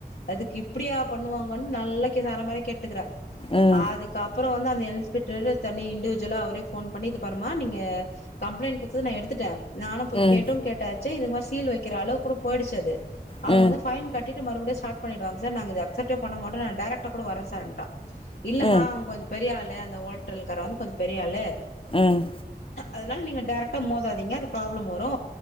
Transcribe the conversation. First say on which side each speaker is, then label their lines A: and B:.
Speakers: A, on the left (about 65°); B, on the left (about 35°).
A: அதுக்கு இப்டியா பண்ணுவாங்கன்னு நல்ல கேஹார மாரி கேட்னுக்குற
B: ம்
A: ஆதுக்காப்புறோ வந் தா அந்த இன்ஸ்பெக்டரு தனி இண்டிவிஜுவலா அவரே ஃபோன் பண்ணி இத பாருமா நீங் க கம்ப்ளைண்ட் குடுத்தத நா எடுத் த்துடே நானு போய்கேட்டு
B: ம்
A: கேட்டாச்சி இது மாரி சோ சீல் வக்கிற அளவுக்கு கூட போயிடுச்சு அது அவுங்க
B: ம் ம்
A: வந்து ஃபைன் கட்டிட்டு மறுபடியு ஸ்டாட் பண்ணிடுவாங்க சார் நாங்க இத அப் சட்ட பண்ணமாட்டோ நா டைரக்டா கூட வரே சேருன்டா இல்லமா
B: ம்
A: அவுங்க கொஞ்சோ பெரிய ஆள் ஏ அந்த ஓட்டல்க்காரே வந்து கொஞ்சோ பெரியாளு
B: ம்
A: அதனால நீங்க டேரக்டா மோதாதீங்க அது ப்ராப்ளம் வரு